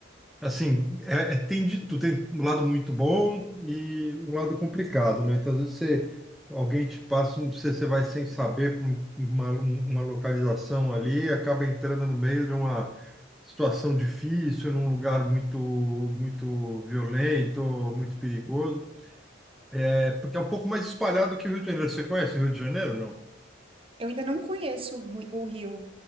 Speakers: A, in the centre; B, on the right.
A: Assim, é, é- tem de tudo, tem um lado muito bom e um lado complicado, né? Então, às vezes você, alguém te passa, um- você, você vai sem saber pra um- uma, uma localização ali, e acaba entrando no meio de uma situação difícil, num lugar muito, muito violento, muito perigoso. É porque é um pouco mais espalhado que o Rio de Janeiro. Você conhece o Rio de Janeiro, não?
B: Eu ainda não conheço o Ru- o Rio.